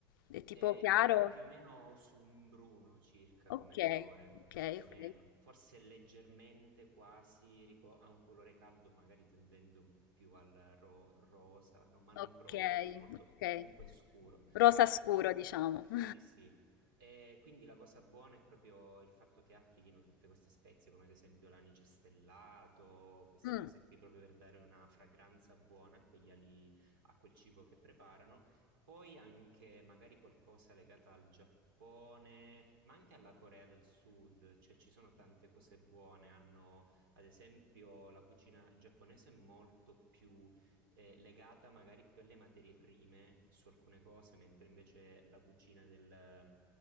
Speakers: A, on the left; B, on the right.
A: È tipo
B: Eh,
A: chiaro?
B: è più o meno su un bruno circa
A: Ok,
B: come colore,
A: ok,
B: più o
A: ok.
B: meno. Forse leggermente quasi rico- ha un colore caldo, magari tendendo un po' più al ro- rosa, no, ma non
A: Ok,
B: proprio, molto
A: ok.
B: comunque scuro.
A: Rosa scuro,
B: Quindi
A: diciamo. <laughs>
B: sì, sì. E quindi la cosa buona è proprio il fatto che applichino tutte queste spezie, come ad esempio l'anice stellato, queste
A: Mm.
B: cose qui, proprio per dare una fragranza buona a quegli ali, a quel cibo che preparano. Poi anche magari qualcosa legata al Giappone, ma anche alla Corea del Sud, cioè ci sono tante cose buone. Hanno, ad esempio, la cucina giapponese è molto più eh, legata magari più alle materie prime su alcune cose, mentre invece la cucina del-